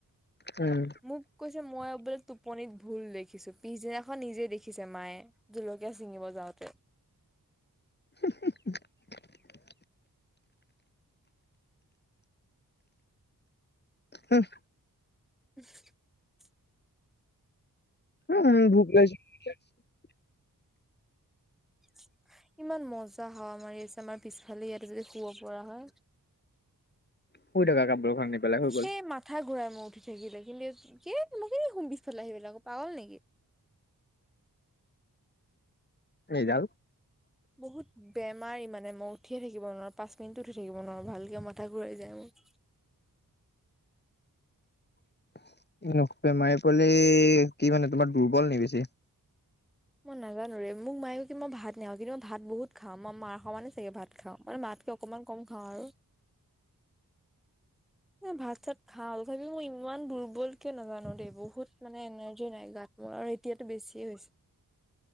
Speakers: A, on the left; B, in the centre.
A: উম
B: মোক কৈছে মই বোলে টোপনিত ভুল দেখি খিছো পিছদিনাখন নিজে দেখিছে মায়ে জলকীয়া ছিঙিব যাওঁতে।
A: <unintelligible> <unintelligible>
B: <unintelligible>
A: উম ভোক লাগিছে <unintelligible>
B: <inaudible> ইমান মজা হাৱা মাৰি আছে আমাৰ পিছফালে ইয়াত যদি শুব পৰা হয়।
A: শুই থাকা কাপোৰখন আনি পেলাই হৈ
B: সেই
A: গ'ল
B: মাথা ঘূৰাই মোৰ থাকিলে কিন্তু কি মই কেলে শুম পিছফালে আহি পেলাই পাগল নিকি?
A: এইডাল
B: বহুত বেয়া নোৱাৰি মানে মই উঠিয়ে থাকিব নোৱাৰো পাঁচ মিনিটো উঠি থাকিব নোৱাৰো ভালকে মাথা ঘূৰাই যায় মোৰ। <inaudible>
A: <unintelligible> কলে কি মানে তোমাৰ দুৰ্বল নি বেছি?
B: মই নাজানো ৰে মোক মায়ে কয় কি মই ভাত নাও কিন্তু মই ভাত বহুত খাওঁ মই মাৰ সমানেই চাগে ভাত খাও, মানে মাত তকে অকমান কম খাওঁ আৰু। এ ভাত-চাত খাওঁ তথাপিও মই ইমান দুৰ্বল কিয় নাজানো দেই বহুত মানে এনাৰ্জি নাই গাত মোৰ আৰু এতিয়াতো বেছিয়ে হৈছে।